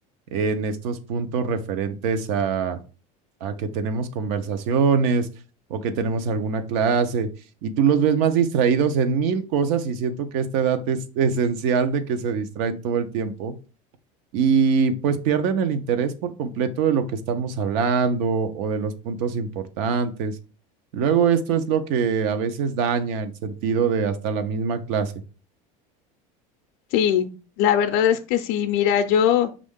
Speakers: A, on the right; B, on the left.
A: en estos puntos referentes a, a que tenemos conversaciones o que tenemos alguna clase y tú los ves más distraídos en mil cosas y siento que esta edad es esencial de que se distraen todo el tiempo y pues pierden el interés por completo de lo que estamos hablando o de los puntos importantes. Luego esto es lo que a veces daña el sentido de hasta la misma clase.
B: Sí, la verdad es que sí, mira, yo,